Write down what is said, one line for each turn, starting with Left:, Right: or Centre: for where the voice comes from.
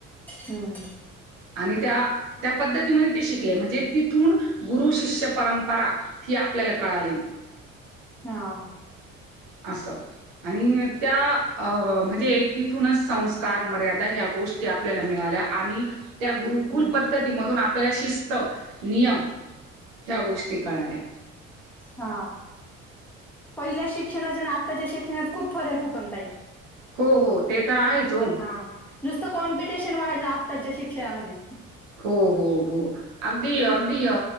Centre: हं.
Right: आणि त्या त्या पद्धतीमध्ये ते शिकले म्हणजे तिथून गुरु शिष्य परंपरा ती आपल्याला कळाली.
Centre: हा
Right: असो आणि त्या अ अ म्हणजे तिथूनच संस्कार मर्यादा ह्या गोष्टी आपल्याला मिळाल्या आणि त्या गुरुकुल
Centre: हं,
Right: पद्धती मधून आपल्याला शिस् त नियम ह्या गोष्टी कळाल्या.
Centre: हा पहिल्या शिक्षणाच्या न आत्ताच्या शिक्षणात खूप फरक आहे पण ताई.
Right: हो हो. ते तर आहेच हो.
Centre: हा नुसतं कॉम्पिटिशन वाढलं आत्ताच्या शिक्षणामध्ये.
Right: हो हो हो अगदी अगदी अ